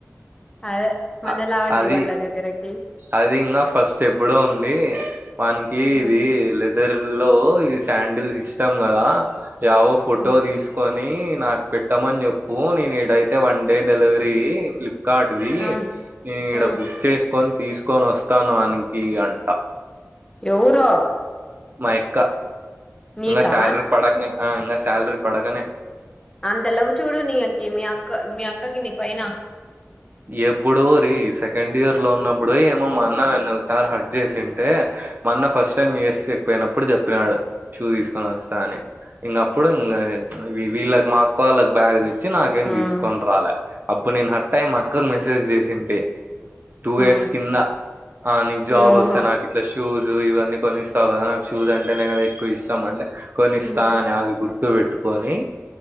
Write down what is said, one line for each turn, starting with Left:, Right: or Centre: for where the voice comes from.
Left: అదే మన
Right: అ-
Left: లావంటి
Right: అది
Left: వాళ్ళ దగ్గరకి
Right: అది ఇంకా ఫస్ట్ ఎప్పుడో ఉంది వానికి
Left: ఉమ్,
Right: ఇది లేదు ఇద్దర్లో ఇ శాండిల్ సిష్టటం కదా రావో ఫోటో
Left: ఉమ్,
Right: తీసుకని నీ నాకు పెట్టామని చెప్పు నేనీడైతే one day delivery Flipkart ది
Left: ఆ
Right: ఈడ
Left: ఆ
Right: బుక్ చేసుకొని తీసుకొని వస్తాను ఆనికి అంట
Left: ఎవరో
Right: మా యక్క
Left: నీకా
Right: ఇంకా శాలరీ పడకనే ఇంకా శాలరీ పడకనే
Left: అంత లవు చూడు నీకి మీ అక్క మీ అక్కకి నీ పైన
Right: ఎప్పుడోరి సెకండ్ ఇయర్ లో ఉన్నప్పుడు ఏమో మా అన్న నన్ను ఒకసారి హట్ చేసింటే మా అన్న ఫస్ట్ టైమ్ యూఎస్ ఎక్పోయినప్పుడు చెప్పినాడు షూ తీసుకొని వస్తా అని ఇంక అప్పుడు ఇంకా వీళ్ళకి మాఅక్క వాళ్ళకి బ్యాగ్ వచ్చి నాకేం
Left: ఉమ్
Right: తీసుకొని రాలే అప్పుడు నేను హట్టై మా అక్క కి మెసేజ్ చేసింటే టూ
Left: ఉమ్
Right: ఇయర్స్ కింద ఆ నీకు జాబ్
Left: ఉమ్, ఓహో
Right: వస్తే నాకు ఇట్లా షూజు ఇవన్నీ కొన్నిస్తావు కదా నాకు షూస్ అంటేనే కదా ఎక్కువ ఇష్టం అంటే కొనిస్తా
Left: ఉమ్
Right: అని అది గుర్తు పెట్టుకొని